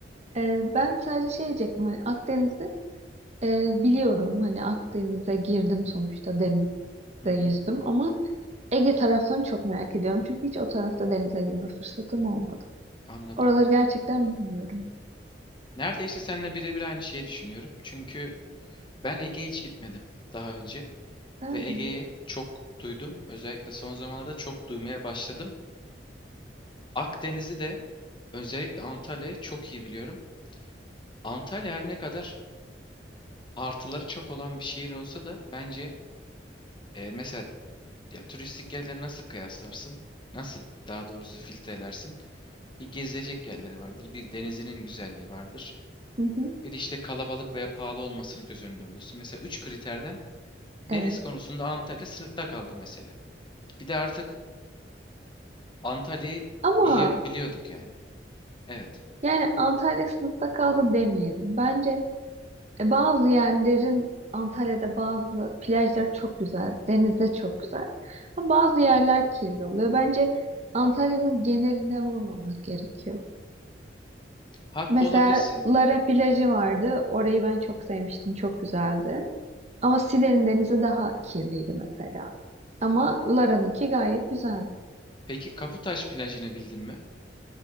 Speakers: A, on the right (about 40°); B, on the left (about 25°).
A: Ee, ben sadece şey diyecektim. Hani Akdeniz'i e, biliyorum. Hani Akdeniz'e girdim sonuçta. Denizde
B: Hı hı,
A: yüzdüm. Ama Ege taraflarını çok merak ediyorum. Çünkü hiç o tarafta denize girme fırsatım olmadı.
B: anladım.
A: Oraları gerçekten bilmiyorum.
B: Neredeyse seninle birebir aynı şeyi düşünüyorum. Çünkü ben Ege'ye hiç gitmedim daha önce.
A: Ben
B: ve
A: de.
B: Ege'yi çok duydum. Özellikle son zamanlarda çok duymaya başladım. Akdeniz'i de özellikle Antalya'yı çok iyi biliyorum. Antalya her ne kadar artıları çok olan bir şehir olsa da bence e, mesela ya turistik yerleri nasıl kıyaslarsın? Nasıl daha doğrusu filtrelersin? Bir gezilecek yerleri vardır, bir denizinin güzelliği vardır.
A: Hı hı,
B: Bir işte kalabalık veya pahalı olmasını göz önünde bulursun. Mesela üç kriterden deniz
A: evet.
B: konusunda Antalya sınıfta kaldı mesela. Bir de artık Antalya'yı
A: Ama
B: bili- biliyorduk yani. Evet.
A: yani Antalya sınıfta kaldı demeyelim. Bence E, Bazı yerlerin Antalya'da bazı plajlar çok güzel, deniz de çok güzel. Ama bazı yerler kirli oluyor. Bence Antalya'nın geneline vurmamak gerekiyor.
B: Haklı
A: Mesela
B: olabilirsin.
A: Lara plajı vardı. Orayı ben çok sevmiştim, çok güzeldi. Ama Side'nin denizi daha kirliydi mesela. Ama Lara'nınki gayet güzeldi.
B: Peki Kaputaş plajını bildin mi?